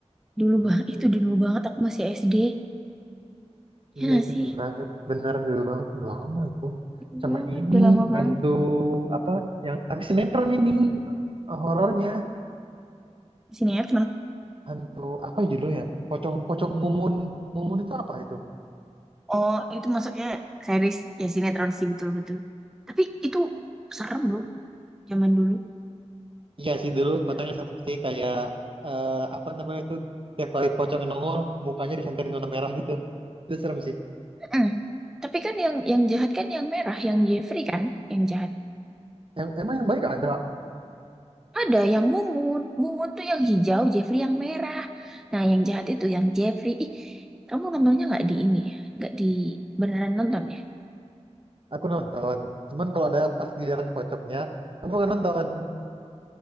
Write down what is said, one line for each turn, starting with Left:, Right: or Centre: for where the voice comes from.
Centre: dulu
Right: Itu.
Centre: banget itu dulu banget aku masih SD.
Right: Iya
Centre: Ya nggak
Right: itu
Centre: sih?
Right: dulu banget, bener dulu banget, lama itu.
Centre: Gitu
Right: Sama
Centre: banget
Right: ini
Centre: udah lama
Right: hantu
Centre: banget
Right: apa yang tapi sinetron ini eh, horornya
Centre: Sinetron.
Right: hantu apa judulnya? Pocong-pocong mumun mumun itu apa itu?
Centre: Oh, itu masuknya series ya sinetron sih betul-betul. Tapi itu serem loh zaman dulu.
Right: Iya sih dulu fotonya sama sih kayak eh, apa namanya itu tiap kali pocong nongol mukanya disanterin warna merah gitu. Itu serem sih.
Centre: Mm-mm. Tapi kan yang yang jahat kan yang merah, yang Jeffrey kan, yang jahat.
Right: Yang emang yang baik ada
Centre: Ada yang mumun. Mumun tuh yang hijau, Jeffrey yang merah. Nah, yang jahat itu yang Jeffrey. Ih, kamu nontonnya nggak di ini ya? Nggak di beneran nonton ya?
Right: aku nonton. Cuman kalau ada pas giliran pocongnya aku nggak nonton.